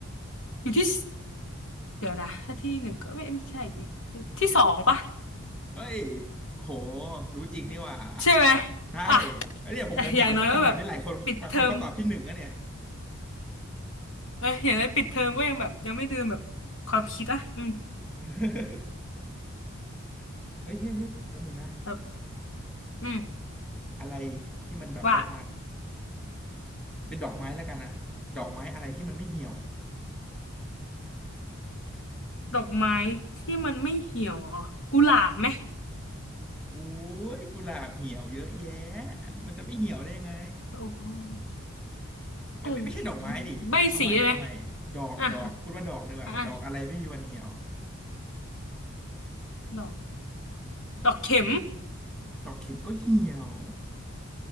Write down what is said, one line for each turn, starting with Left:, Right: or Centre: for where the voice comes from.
Left: อยู่ที่สเดี๋ยวนะถ้าที่หนึ่งก็ไม่ไม่ใช่ดิที่สองปะ
Centre: เฮ้ยโอ้โหรู้จริงนี่หว่า
Left: ใช่ไหม
Centre: ใช่
Left: อ่ะ
Centre: เฮ้วเนี่ยผมผมถามคำถามนี้หลายคนบางคนเขาตอบที่หนึ่งอะเนี่ย
Left: แต่อย่างน้อยก็แบบปิดเทอมเอออย่างน้อยปิดเทอมก็ยังแบบยังไม่ลืมแบบความคิดอ่ะอืม
Centre: <laughs> เฮ้ยเฮ้ยเฮ้ยแป๊บนึงนะ
Left: แบบอืม
Centre: อะไรที่มันแบบว่า
Left: ว่า
Centre: เป็นดอกไม้แล้วกันนะดอกไม้อะไรที่มันไม่เหี่ยว
Left: ดอกไม้ที่มันไม่เหี่ยวเหรอ่ะกุหลาบไหม
Centre: โอ้ยกุหลาบเหี่ยวเยอะแยะมันจะไม่เหี่ยวได้ยังไง
Left: โอ้
Centre: ไม่ไม่ไม่ใช่ดอกไม้ดิเอาใหม่เอาใหม่ดอกดอกพูดว่าดอกดีกว่าดอกอะไรไม่มีวันเหี่ยว
Left: เออมากใบสีได้ไหมอ่ะอ่ะอ่ะดอกดอกเข็ม
Centre: ดอกเข็มก็เหี่ยว